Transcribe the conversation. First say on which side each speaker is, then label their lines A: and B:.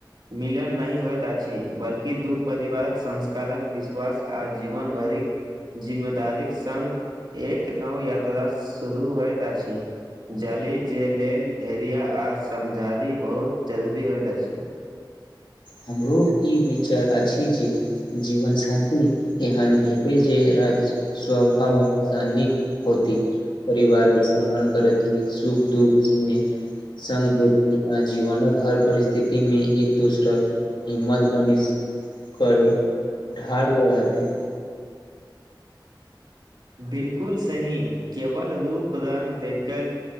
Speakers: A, on the right; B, on the left.
A: मिलन नहि होइत अछि बल्कि दू परिवारक संस्कारक विश्वास आ जीवन भरिक जिम्मेदारीक संग एक नव यात्रा शुरू होइत अछि जाली जे लेल धैर्य आ समझारी बहुत जरूरी होइत अछि
B: हमरो ई विचार अछि जे जीवनसाथी एहन भेटै जे राज्य स्वभाव स्थानिक होती परिवारक सम्मान करत ई सुख दुःख सब मे संग <unintelligible> आ जीवनक हर परिस्थितिमे एक दोसरक हिम्मत बनी करै ढाल रहती
A: बिलकुल सही केवल रूप रंग देखल